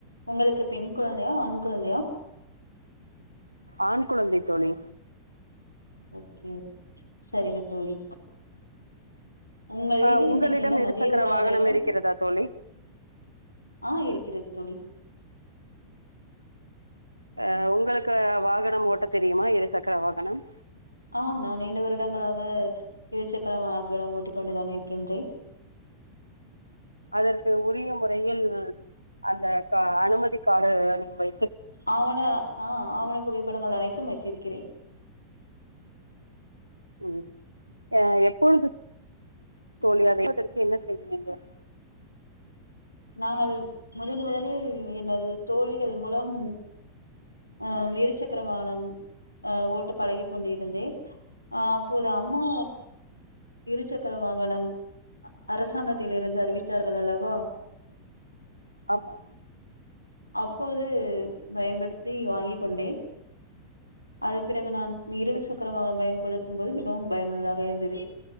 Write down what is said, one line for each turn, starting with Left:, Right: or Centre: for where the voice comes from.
Left: உங்களுக்கு பெண் குழந்தையா ஆண் குழந்தையா
Right: ஆண் குழந்தை தோழி
Left: ஓகே சரிங்க தோழி உங்கள் வீட்டில்
Right: ஆஹ் உங்களிடம்
Left: இன்னைக்கு என்ன
Right: இருசக்கர
Left: மதிய உணவு
Right: வாகனம்
Left: இருக்கும்
Right: இருக்கிறதா தோழி
Left: ஆ இருக்கிறது தோழி
Right: ஆஹ் உங்களுக்கு வாகனம் ஓட்ட தெரியுமா இருசக்கர வாகனம்
Left: ஆம் நான் நீண்ட வருடங்களாக இரு சக்கர வகனாம் ஊட்டிக் கொண்டுதான் இருக்கின்றே
Right: அதற்கு உரிய முறையில் அந்த கா அனுமதி கார்டு நீங்க வை
Left: ஆவண ஆஹ் ஆவனை புரியப் படங்கள் அனைத்தும் வைத்திருக்கிறே
Right: உம் அஹ் எப்பொழுது தோழி அதை வைப்பதற்கு என்ன செய்ய வேண்டும்
Left: நாங்கள் முதன் முதலில் எனது தோழிகள் மூலம் அஹ் இரு சக்கர வாகனம் அஹ் ஓட்ட பழக் கொண்டிருந்தே அஹ் அப்போது அம்மா இரு சக்கர வாகனம் அரசாங்கத்தில் இருந்து அறிவித்தார்கள் அல்லவா
Right: ஆமா
Left: அப்போது பயபடுத் தி வாங்கிக் கொண்டே அது பி றகு நான் இருல்
Right: சரி
Left: சக்கர வாகனம் பயன்படுத் போது மிகவும் பயனுள்ளதாக இருந்தது